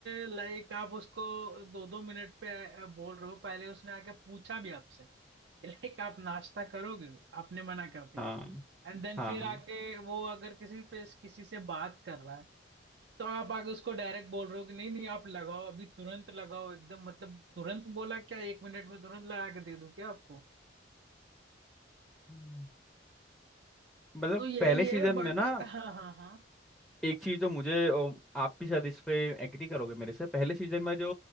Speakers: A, on the right; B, in the centre.
A: लाइक आप उसको दो दो मिनट पे अ, बोल रहे हो पहले उसने आके पूछा भी आपसे लाइक आप नाश्ता करोगे आपने मना कर दिया
B: हाँ
A: एंड देन
B: हाँ
A: फिर आके वो अगर किसी पे किसी से बात कर रहा है तो आप आगे उसको डायरेक्ट बोल रहे हो कि नहीं नहीं आप लगाओ अभी तुरंत लगाओ एकदम मतलब तुरंत बोला क्या एक मिनट में तुरंत लगा के दे दूं क्या आपको?
B: हम्म। मतलब
A: तो यही
B: पहले सीजन
A: है बाकी
B: में ना
A: <laughs> हाँ हाँ हाँ
B: एक चीज जो मुझे अ, आप भी शायद इस पे एग्री करोगे मेरे से पहले सीजन में जो